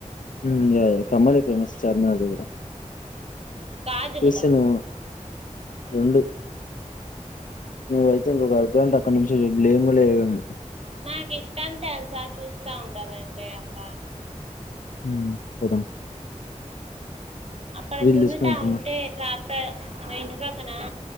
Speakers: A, on the left (about 80°); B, on the right (about 50°).
A: ఉమ్ లేదు కమలీట్ల ఫేమస్ చార్ మీనార్ దగ్గర
B: గాజులు
A: క్యూసను
B: కదా
A: రెండు నువ్వైతే ఇంకొక గడుపాలంటే అక్కడ నుంచి లేము లేవేమ
B: నాక్ ఇష్టం తెల్సా చూస్తా ఉండాలంటే అక్క
A: హ్మ్ పోదం
B: అక్కడ
A: వీలు
B: దున్నుతా
A: చూసుకొని ఎప్పుడన్నా
B: ఉంటే ట్రాక్టర్ మా ఇంటి పక్కన